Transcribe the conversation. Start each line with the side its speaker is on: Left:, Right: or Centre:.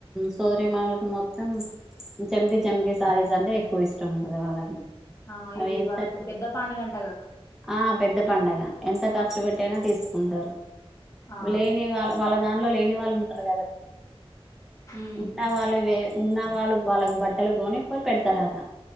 Centre: సోదరీమనులకి మొత్తం చెంగి చెంగి శారీస్ అంటే ఎక్కువ ఇష్టం ఉంటది వాళ్ళకి
Left: ఆ
Centre: అవి
Left: ఇది
Centre: ఎంతట
Left: వాళ్ళకు పెద్ద పండగంటగా
Centre: ఆ పెద్ద పండగ ఎంత కర్చుపెట్టి అయినా తీసుకుంటారు
Left: ఆ
Centre: లేని వాళ్ళ వాళ్ళ దానిలో లేని వాళ్ళు ఉంటారు
Left: ఉమ్
Centre: ఉన్న వాళ్ళవే ఉన్న వాళ్ళు వాళ్ళకు బట్ తెలుగుని పోయి పెడతారట